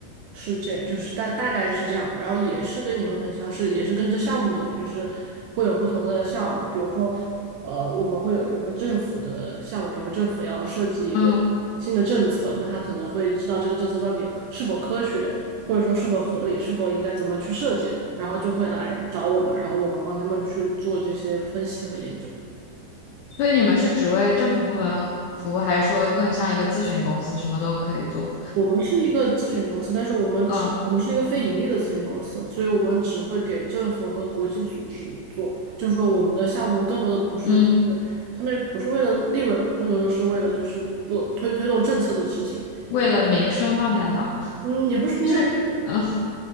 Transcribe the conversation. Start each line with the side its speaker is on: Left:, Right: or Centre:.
Right: 是这样，就是大大概是这样的，然后也是跟你们很像是，也是跟着项目走，就是会有不同的项目，比如说，呃，我们会有比如说政府的项目，比如政府要设计一个新的政策，
Left: 嗯
Right: 那他可能会知道这个政策到底可是否科学，或者说是否合理，是否应该怎么去设计，然后就会来找我们，然后我们帮他们去做这些分析和研究。
Left: 所以你们是只为政府部门服务，还是说更像一个咨询公司，什么都可以做？
Right: 我们是一个咨询公司，但是我们只我们是一个非盈利的咨询公司，
Left: 嗯
Right: 所以我们只会给政府和国际组织做。就是说，我们的项目更多的不是就是相当于不是为了利润嘛，
Left: 嗯，
Right: 更多的是为了就是做推推动政策的执行。
Left: 为了民生吗？难道
Right: 嗯，也不是，应该就是
Left: 就是嗯